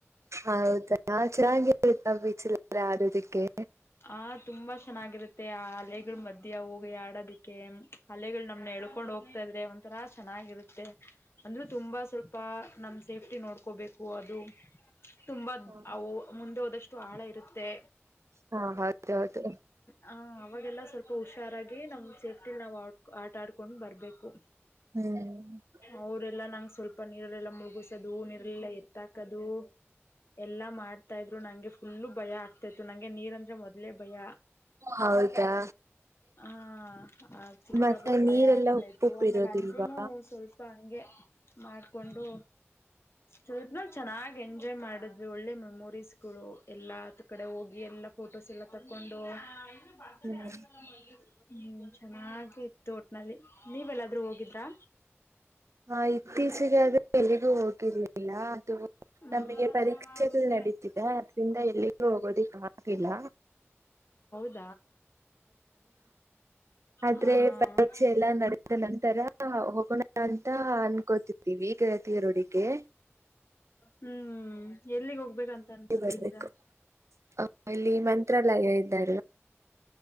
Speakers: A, on the right; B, on the left.
A: ಹೌದ ಚೆನ್ನಾಗಿತ್ತಾ. ಬೀಚಿಲ್ಲಲ್ಲ <unintelligible> ಆಡೋದಕ್ಕೆ.
B: ಆ ತುಂಬಾ ಚೆನ್ನಾಗಿರುತ್ತೆ ಆ ಹಲೆಗಳ ಮಧ್ಯ ಹೋಗಿ ಆಡೋದಿಕ್ಕೆ ಹಲೆಗಳು ನಮ್ನ ಎಳ್ಕೊಂಡ್ ಹೋಗ್ತಾ ಇದ್ರೆ ಒಂಥರಾ ಚೆನ್ನಾಗಿರುತ್ತೆ. ಅಂದ್ರೂ ತುಂಬಾ ಸ್ವಲ್ಪ ನಮ್ಮ್. ಸೇಫ್ಟಿ ನೋಡ್ಕೋಬೇಕು ಅದು. ತುಂಬಾ
A: ಹಾ
B: ಅವು ಮುಂದೆ ಹೋದಷ್ಟು. ಆಳ ಇರುತ್ತೆ
A: ಹಾ ಹೌದು ಹೌದು
B: ಹ ಅವಾಗೆಲ್ಲ ಸ್ವಲ್ಪ ಹುಷಾರಾಗಿ ನಮ್ ಸೇಫ್ಟಿಲಿ ನಾವು ಆ ಆಟ ಆಡ್ಕೊಂಡ್ ಬರ್ಬೇಕು
A: ಹ್ಮ್
B: ಅವರೆಲ್ಲಾ ನಂಗ್ ಸ್ವಲ್ಪ ನೀರಲ್ಲಲ್ಲ ಮುಳುಗಸದು ನೀರಲ್ಲಲ್ಲ ಎತ್ತಾಕದು ಎಲ್ಲಾ ಮಾಡ ಇದ್ರು ನಂಗೆ ಫುಲ್ಲು ಭಯ ಆಗ್ತಾ ಇತ್ತು ನಂಗೆ ನೀರ್ ಅಂತ ಮೊದ್ಲೇ ಭಯ
A: ಹೌದಾ
B: ಆ ಆ ಚಿಕ್ಕ
A: ಮತ್ತೆ
B: ಬಟ್ಟೆ
A: ನೀರೆಲ್ಲ
B: ಭಯ ಆಗ್ತಾ
A: ಉಪ್ಪುಪ್ಪ
B: ಇತ್ತು ಆಮೇಲೆ
A: ಇರೋದಿಲ್ವಾ
B: ಅಂದ್ರನು ಸಹಿಸು ಗೆ ಮಾಡ್ಕೊಂಡು ಚ ಚೆನ್ನಾಗಿ ಎಂಜಾಯ್ ಮಾಡಿದ್ವಿ ಒಳ್ಳೆ ಮೆಮೊರೀಸ್ ಗಳು ಎಲ್ಲಾ ಕಡೆ ಹೋಗಿ ಎಲ್ಲ ಫೋಟೋಸ್ ಎಲ್ಲ ತಗೊಂಡು ನೀ ಬರ್ತಡೇ
A: ಹ್ಮ್
B: ಯಾರೀಗಮ ಹೋಗದು ಹ್ಮ್ ಚೆನ್ನಾಗಿ ಇತ್ತು ಒಟ್ನಲ್ಲಿ ನೀವೆಲ್ಲಾದ್ರೂ ಹೋಗಿದ್ರಾ
A: ಆಯ್ತು ತೀಸರಿಯಾದು ಎಲ್ಲಿಗೂ ಹೋಗಿರ್ಲಿಲ್ಲ ಅದು
B: ಹ್ಮ್
A: ನಮಗೆ ಪರೀಕ್ಷೆಗಳು ನಡೀತಿದೆ ಅದ್ರಿಂದ ಎಲ್ಲಿಗೂ ಹೋಗೋದಿಕ್ ಆಗುತ್ತಿಲ್ಲ
B: ಹಲೋ
A: ಆದ್ರೆ
B: ಹ್ಮ್
A: ಪರೀಕ್ಷೆ ಎಲ್ಲಾ ನಡೆದ ನಂತರ ಹೋಗೋಣ ಅಂತ ಅನ್ಕೋತಿದ್ದೀವಿ ಗೆಳತಿಯರೊಡಗೆ
B: ಹ್ಮ್ ಎಲ್ಲಿಗ್ ಹೋಗ್ಬೇಕಂತ ಅನ್ಕೋತಿದ್ದೀರಾ
A: ಬರ್ಬೇಕು. ಆ ಇಲ್ಲಿ ಮಂತ್ರಾಲಯ ಇದೆ